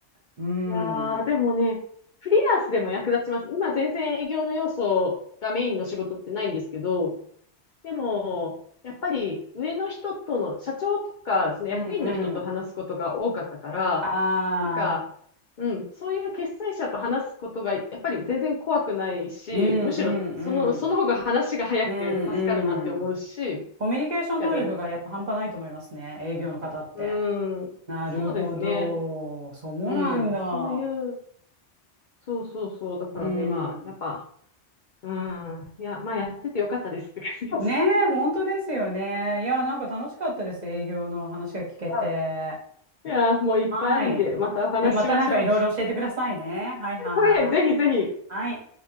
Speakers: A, on the right; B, on the left.
A: うん。
B: いやー、
A: うん
B: でもね、フリーランスでも役立ちます。今全然営業の要素がメインの仕事ってないんですけど、でも、やっぱり上の人との、社長とか、その役員の人と話すことが多かったから、
A: うん。ああ、
B: なんか、うん、そういう決裁者と話すことが、やっぱり全然怖くないし、
A: うんう
B: むしろその、その方が話が早くて助かるなって思うし、
A: んうん。うんうん。コミュニケーション能力がやっぱ半端ないと思いますね、
B: だね、
A: 営業の方って。
B: うん、
A: なるほど。
B: そうですね。
A: そうなんだ。
B: うん、そういう、そうそうそう、だからね、
A: うん。
B: まあ、やっぱ、うん、いや、まあ、やっててよかったですって感じです。
A: ねえ、本当ですよね。いやー、なんか楽しかったです、営業の話が聞けて。
B: <laughs> いや、もういっぱいあるんで、
A: はい。
B: またお話ししましょう。
A: でまたなんかいろいろ教えてくださいね。はいはい。
B: はい、ぜひぜひ。
A: はい。